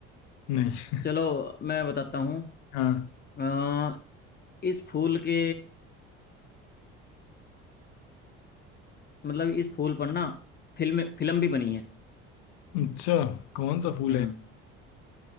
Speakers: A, on the left; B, on the left.
A: नहीं <laughs>
B: चलो मैं बताता हूँ
A: हाँ
B: अ, इस फूल के मतलब इस फूल पर ना फिल्म फिल्म भी बनी है
A: अच्छा कौन सा फूल
B: हम्म
A: है